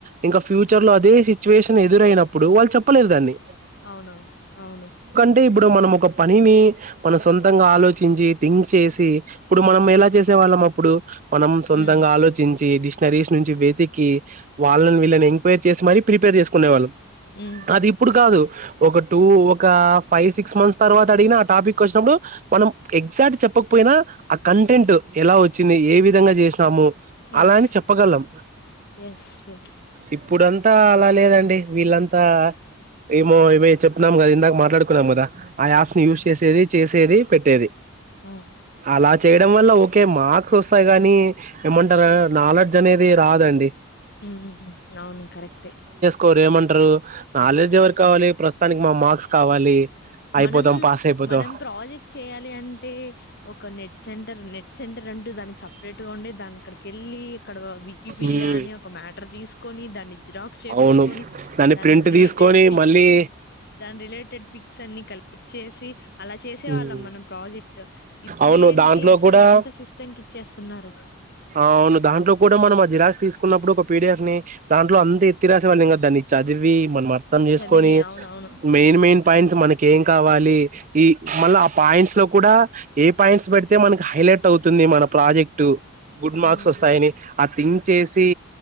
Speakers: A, on the right (about 35°); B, on the left (about 50°).
A: ఇంక ఫ్యూచర్లో అదే సిచ్యువేషన్ ఎదురయినప్పుడు వాళ్ళు చెప్పలేరు దాన్ని
B: అవునవును అవును
A: అంటే ఇప్పుడు మనం ఒక పనిని మన సొంతంగా ఆలోచించి థింక్ చేసి ఇప్పుడు మనం ఎలా చేసే వాళ్ళం అప్పుడు మనం సొంతంగా
B: హ్మ్.
A: ఆలో నీంచి డిష్నరీస్ నుంచి వెతికి వాళ్ళన్ వీళ్ళన్ ఎంక్వైర్ చేసి మరీ ప్రిపేర్ చేస్కునేవాళ్ళం
B: హ్మ్.
A: అది ఇప్పుడు కాదు ఒక టూ ఒక ఫైవ్ సిక్స్ మంత్స్ తర్వాత అడిగిన ఆ టాపిక్ ఓచ్చినప్పుడు మనం ఎక్సైట్ చెప్పక పోయినా ఆ కంటెంట్ ఎలా ఓచ్చింది ఏ విధంగా జేష్ణము
B: యెస్.
A: అలా అని చెప్పగలం
B: యెస్. యెస్.
A: ఇప్పుడంతా అలా లేదండి వీళ్ళంతా ఏమో ఇవే చెపిన్నాం గదా ఇందాక మాట్లాడుకున్నాం గదా ఆ యాఫ్స్ ని యూస్ చేసేది చేసేది పెట్టేది
B: హ్మ్.
A: అలా చేయ డంవల్ల ఓకే మార్క్స్ ఓస్తాయి గాని ఏమంటారు నాలెడ్జ్ అనేది రాదండి
B: మ్మ్ అవును కరెక్టే
A: కోరేమంటరు నాలెడ్జ్
B: అవును.
A: ఎవరి కావాలి ప్రస్తుతానికి మా మార్క్స్ కావాలి అయిపోతాం
B: మనం
A: పాస్ అయిపోతాం
B: మనం ప్రాజెక్ట్ చేయాలి అంటే ఒక నెట్ సెంటర్ నెట్ సెంటర్ అంటూ దానికి సెప్రేట్ గా ఉండే దాని ఆక్కడికెళ్ళి ఇక్కడ వికీపీడియా
A: ఉమ్
B: అని ఒక మ్యాటర్ తీసుకొని దాన్ని జిరాక్స్ చెప్పిచుకొని
A: అవును దాన్ని
B: దానికి
A: ప్రింట్
B: రిలేటెడ్
A: తీసుకొని
B: పిక్స్
A: మళ్ళీ
B: దాని రిలేటెడ్ పిక్స్ అన్ని కలెక్ట్ చేసి అలా చేసే వాళ్ళం
A: ఉమ్
B: మనం ప్రాజెక్ట్ ఇప్పుడు
A: అవును
B: ఏంటి
A: దాంట్లో
B: అసలు
A: కూడా
B: అంత సిస్టమ్కిచ్చేస్తున్నారు
A: అవును దాంట్లో కూడా మనం ఆ జిరాక్స్ తీసుకున్నప్పుడు ఒక పీడిఎఫ్ ని దాంట్లో అంత ఎత్తిరాసేవాళ్ళుం గాదు దాన్ని చదివి మనం అర్థం చేసుకొని
B: చదివి అవునవును
A: మెయిన్ మెయిన్ పాయింట్స్ మన కేం కావాలి ఈ మళ్ళ ఆ పాయింట్స్ లో కూడా ఏ పాయింట్స్ బేడితే మనకి హైలైట్ అవుతు ది మన ప్రాజెక్టు గుడ్ మార్క్స్
B: ఉమ్,
A: వస్తాయని ఆ థింక్ చేసి